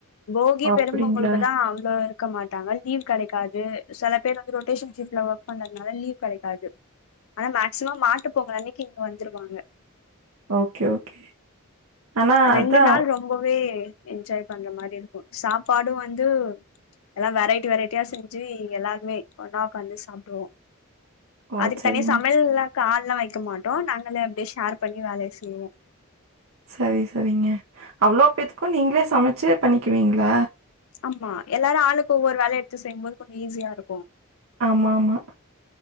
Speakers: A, on the left; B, on the right.
A: போகி
B: ஓ அப்படிங்களா?
A: பெரும்பொங்களுக்கு தா அவ்ளோ இருக்க மாட்டாங்க லீவ் கடைகாது சில பேர் வந்து ரொட்டேஷன் ஷிப்ட்ல ஒர்க் பண்றதுனால லீவ் கடைக்காது ஆனா மேக்சிமம் மாட்டு பொங்கல் அன்னிக்கு இங்க வந்துருவாங்க
B: ஓகே ஓகே ஆனா
A: ரெண்டு
B: அதான்
A: நாள் ரொம்பவே என்ஜாய் பண்ற மாரி இருக்கு சாப்பாடும் வந்து எல்லா வெரைட்டி வெரைட்டியா செஞ்சி இங்க எல்லாருமே ஒன்னா உக்காந்து சாப்டுவோ
B: ஓ
A: அதுக்கு
B: சரிங்க.
A: தனியா சமையல்லா ஆள்லா வைக்க மாட்டோ நாங்களா அப்டியே ஷேர் பண்ணி வேலைய செய்வோ
B: சரி சரிங்க அவ்வளோ பேத்துக்கு நீங்களே சமச்சி பண்ணிக்கிவீங்களா
A: ஆமா எல்லாரு ஆளுக்கு ஒவ்வொரு வேலயா எடுத்து செய்யுபோது கொஞ்சோ ஈஸியா இருக்கும்
B: ஆமா ஆமா